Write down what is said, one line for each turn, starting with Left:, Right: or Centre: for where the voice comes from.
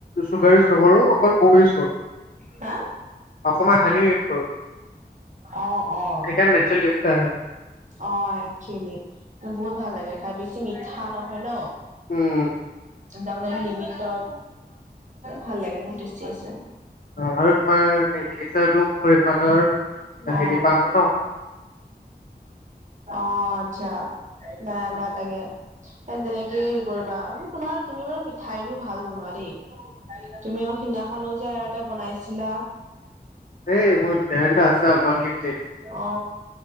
Left: চুগাৰ ইউজ নকৰো অকল মগ ইউজ কৰো।
Right: তা
Left: অকমান সানিও ইউজ কৰো,
Right: অ', অ'।
Left: সেইকাৰণ নেচেল টেষ্ট আহে।
Right: অ একচুৱেলি, বহুত ভাল লাগে খাই বেছি মিঠা নহয় ন।
Left: উম
Right: তাৰমানে লিমিটত ভাল লাগে বহুত টেষ্টি আছে।
Left: অ আৰু তোমাৰ সেই কেচাৰটো মোৰ এইফালৰ
Right: অ।
Left: হেৰি পৰা আনো ন
Right: অ আচ্ছা না ভাল লাগে। তেনেকে হেৰি কৰিবা আৰু তোমাৰ তুমি বাৰু মিঠাইবোৰ ভাল বনোৱা দেই। তুমি আৰু সিদিনাখনো যে আৰু এটা বনাইছিলা?
Left: এই মোৰ চেনেলেণ্টা আছে গড গিফ্ট।
Right: অ